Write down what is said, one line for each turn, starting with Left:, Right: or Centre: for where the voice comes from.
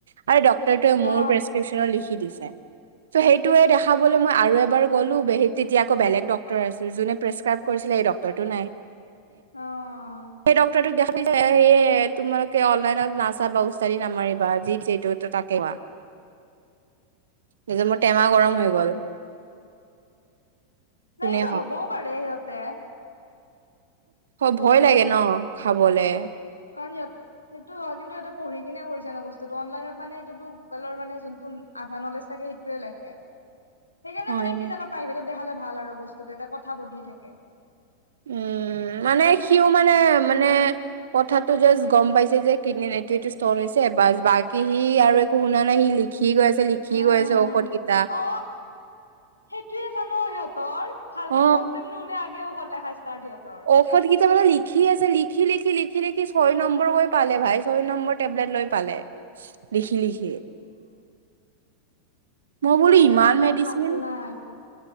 Right: আৰে ডক্টৰে ডক্টৰেটোৱে মোৰ
Left: অ
Right: প্ৰেছক্ৰিপশ্যনত লিখি দিছে চ' সেইটোৱে দেখাবলৈ মই আৰু এবাৰ গলো বে তেতিয়াকৌ বেলেগ ডক্তৰ আছিল যোনে প্ৰেচক্ৰাইব কৰিছিলে ডক্টৰ টোনাই
Left: অঁএয়
Right: সেই ডক্টকটো দেখা সেয়ে তোমালোকে অনলাইনত নাচাবা উচাৰি নামাৰিবা যি যিহেতু তাকে কোৱা নিজৰ মোৰ টেমা গৰম
Left: উম
Right: হৈ গ'ল
Left: নাইাইন
Right: কোনে
Left: হ'বো বডে সতে
Right: ভয় লাগে ন খাবলে
Left: কাৰণিয়াত সেইটো হয় কিন্তু সিহঁতে পঢি কিনে কৰিছোনো বস্তুটো অনলাইনত মানে এইটোতো গুগেলৰ মানে যোনটো আধা নলেজ থাকে সেইটয়ে লেখে
Right: <unintelligible>
Left: সেইকাৰণে
Right: হয়নে
Left: মানে কি জানো প্ৰাইভেটত দেখালে ভাল আৰু বস্তুতটো এটা কথা বদলি থাকে
Right: উম মানে সিও মানে
Left: উম
Right: মানে কথা টো জাষ্ট গম পাইছে যে কিডনিত এইটো এইটো ষ্টন হৈছে বা বাকী সি আৰু একো শুনা নাই সি লিখি লিখি গৈ আছে লিখি
Left: উম।
Right: গৈ আছে ঔষধ গেইটা।
Left: অ সেইটোয়ে জান সিহঁতৰ ভালকে
Right: অ
Left: প্ৰব্লেম নুশুনে আগে ঔষধ লেখা ষ্টাৰ্ট সিহঁতৰ
Right: ঔষধ কেইটা মানে লিখি লিখি আছে লিখি লিখি লিখি লিখি ছয় নম্বৰকৈ পালে ভাই ছয় নম্বৰ টেবলেট লৈ পালে। লিখি লিখি। মই বোলো
Left: সেইয় নে ইমান
Right: মেডিচিন
Left: ভালতো নাই আজি